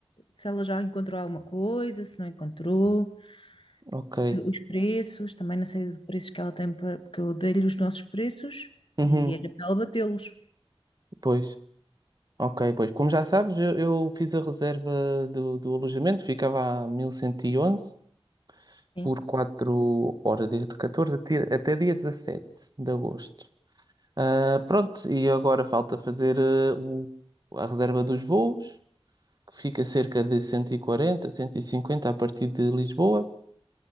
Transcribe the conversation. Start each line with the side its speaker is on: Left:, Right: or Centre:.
Left: se ela já encontrou alguma coisa, se não encontrou,
Right: Ok.
Left: se os preços, também não sei os preços que ela tem, para, porque eu dei-lhe os nossos preços
Right: Uhum.
Left: e era para ela batê-los.
Right: Pois. Ok, pois. Como já sabes, eu, eu fiz a reserva do, do alojamento, ficava a 1111.
Left: Sim.
Right: por 4 horas, desde 14 até, até dia 17 de agosto. Ah, pronto, e agora falta fazer ah, o- a reserva dos voos, que fica cerca de cento e 150 a partir de Lisboa.